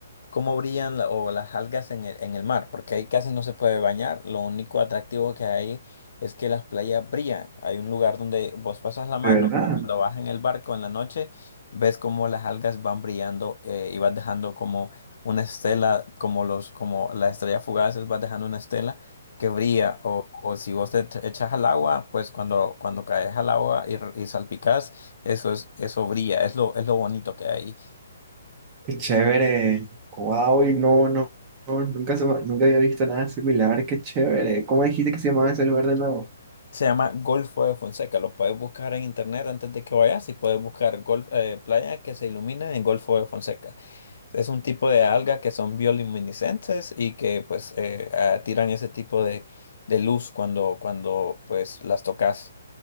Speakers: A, on the left (about 55°); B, on the right (about 20°).
A: cómo brillan la- o las algas en el, en el mar, porque ahí casi no se puede bañar. Lo único atractivo que hay es que las playas brillan. Hay un lugar donde vos pasas la mano,
B: de verdad.
A: cuando vas en el barco en la noche, ves cómo las algas van brillando eh, y vas dejando como una estela, como los, como las estrellas fugaces, vas dejando una estela. que brilla o, o si vos te ech- echas al agua, pues cuando, cuando caes al agua y, r- y salpicas, eso es, eso brilla, es lo, es lo bonito que hay.
B: Qué chévere. Wow, y no, no, no, nunca, se me- nunca había visto nada similar. Qué chévere. ¿Cómo dijiste que se llamaba ese lugar de nuevo?
A: Se llama Golfo de Fonseca. Lo puedes buscar en internet antes de que vayas y puedes buscar golf, eh, playa que se ilumina en Golfo de Fonseca. Es un tipo de alga que son bioluminiscentes y que pues eh, ah, tiran ese tipo de, de luz cuando, cuando pues las tocas.